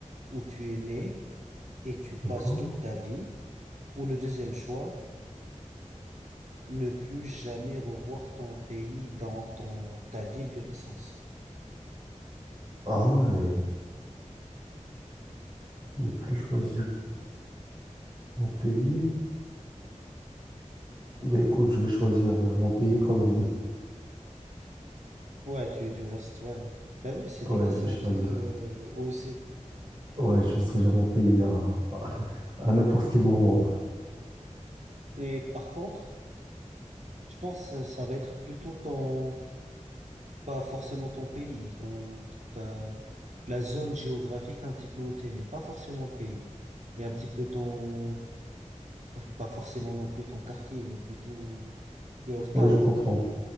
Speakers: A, on the right; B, on the right.
A: où tu es né et tu passes
B: D'accord.
A: toute ta vie, ou le deuxième choix, ne plus jamais revoir ton pays dans ton, ta ville de naissance?
B: Ah ouais, ne plus choisir mon pays. Ben écoute, je vais choisir euh, mon pays quand même. <laughs>
A: Ouais, tu, tu restes, ouais. T'as vu, c'est
B: Ouais,
A: des questions
B: je vais choisir.
A: un petit peu euh, osées.
B: Ouais, je vais choisir mon pays à, à, à n'importe quel moment.
A: Mais par contre, je pense que ça, ça va être plutôt ton, pas forcément ton pays, ton, ta, la zone géographique un petit peu où t'es né. Pas forcément le pays, mais un petit peu ton, pas forcément non plus ton quartier, mais plutôt your town,
B: Ouais, je comprends.